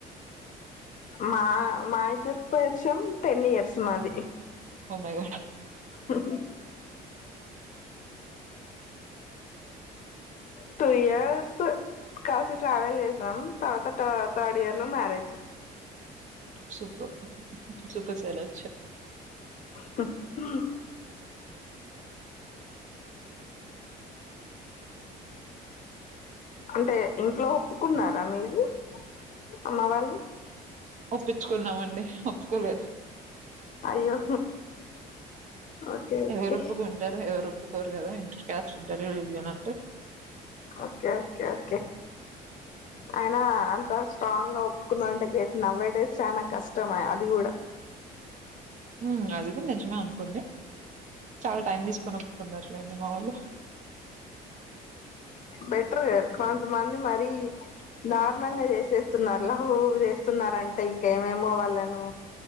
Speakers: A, on the left (about 50°); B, on the right (about 45°).
A: మా మా ఇర్పుచ్చం టెన్ ఇయర్స్ మాది
B: మగ
A: ఓ టూ ఇయర్స్ కలిసి ట్రావెల్ చేసాం తర్వాత థర్డ్ ఇయర్ లో మ్యారేజ్
B: సూప సూపర్స్ అలగ
A: వో వో అంటే ఇంట్లో ఒప్పుకున్నారా మీది అమ్మ వాళ్ళు
B: ఒప్పించుకున్నామండి కొలేదు
A: అయ్యో ఓకే ఓకే
B: ఎవరుప్పుగాంటారు ఎవరు తప్పుకోరు కదాంటి ఇంటర్వ్యూ ఇదినంటే
A: ఓకే ఓకే అయినా అంతా స్ట్రాంగ్ గా ఒప్పుకుందా అంటే గే నవ్వే డేస్ చాలా కష్టం అది కూడా
B: ఉ అది కూడా నిజమే అనుకోండి చాలా టైం తీసుకొని ఒప్పుకున్నట్లేండి మా వాళ్ళు
A: బెటర్ కొంతమంది మరీ దారుణంగా చేసేస్తున్నారు లఘు చేస్తున్నారంటే ఇంకేమేమో వాళ్ళను